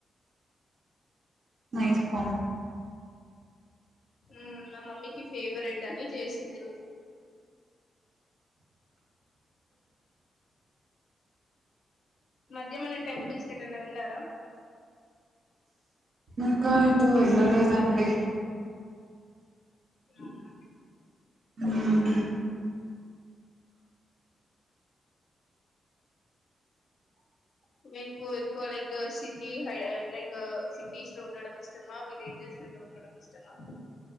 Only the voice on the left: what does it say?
ఉ నా మమ్మీకి ఫేవరెట్ అని చేసింది ఈ రోజు మధ్య మన టెంపుల్స్ ఎటువైనా వెళ్ళారా
అవునా
మీకు ఎక్కువ లైక్ సిటీ హై లైక్ సిటీస్ లో ఉండడం ఇష్టమా విలేజెస్ లో ఉండడం ఇష్టమా